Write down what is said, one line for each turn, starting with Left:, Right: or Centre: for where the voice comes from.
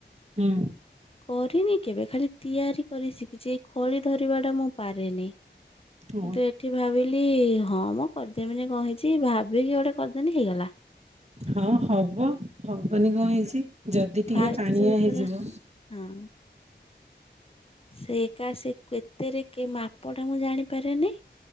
Right: ହୁଁ
Left: କରିନି କେବେ ଖାଲି ତିଆରି କରି ଶିଖିଛି ଏଇ ଖଳି ଧରିବା ଟା ମୁଁ ପାରେନି। କିନ୍ତୁ
Right: ହଉ
Left: ଏଠି ଭାବିଲି ହଁ ମୁଁ କରିଦେମିନି କହିଛି ଭାବିକି ଗୋଟେ କରିଦେଲିି ହେଇଗଲା। ହଁ
Right: ହଁ ହବ ହବନି କଣ ହେଇଛି ଯା ଯଦି ଟିକେ
Left: ଫାଷ୍ଟ
Right: ପାଣିଆ
Left: ଯୋଉ
Right: ହେଇଯିବ
Left: ଥର ହଁ। ସେ କା ସେ କେତେରେ କେ ମାପ ଟା ମୁଁ ଜାଣିପାରେନି